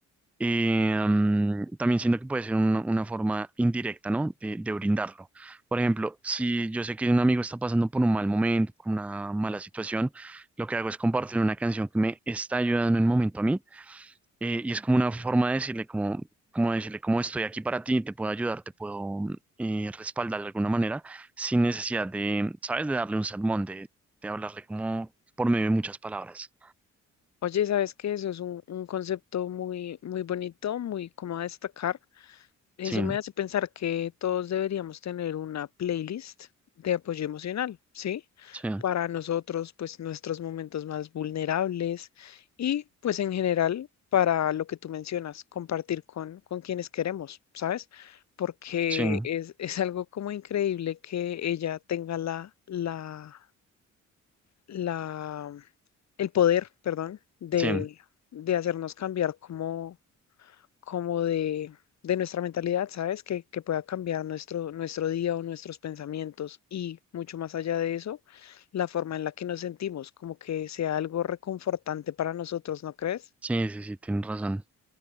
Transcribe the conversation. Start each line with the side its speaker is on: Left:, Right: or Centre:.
Centre: eh, mm, también siento que puede ser un- una forma indirecta, ¿no? De, de brindarlo. Por ejemplo, si yo sé que un amigo está pasando por un mal momento, por una mala situación, lo que hago es compartir una canción que me está ayudando en un momento a mí, eh, y es como una forma de decirle como, como decirle como estoy aquí para ti, te puedo ayudar, te puedo eh, respaldar de alguna manera, sin necesidad de, ¿sabes? De darle un sermón, de, de hablarle como por medio de muchas palabras.
Left: Oye, ¿sabes qué? Eso es un, un concepto muy, muy bonito, muy como a destacar. Eso
Centre: Sí,
Left: me hace pensar que todos deberíamos tener una playlist de apoyo emocional, ¿sí?
Centre: sí,
Left: Para nosotros, pues nuestros momentos más vulnerables y pues en general para lo que tú mencionas, compartir con, con quienes queremos, ¿sabes? Porque
Centre: sí,
Left: es, es algo como increíble que ella tenga la, la, la, el poder, perdón, de,
Centre: sí.
Left: de hacernos cambiar como como de, de nuestra mentalidad, ¿sabes? Que, que pueda cambiar nuestro, nuestro día o nuestros pensamientos y mucho más allá de eso, la forma en la que nos sentimos, como que sea algo reconfortante para nosotros, ¿no crees?
Centre: Sí, sí, sí, tienes razón.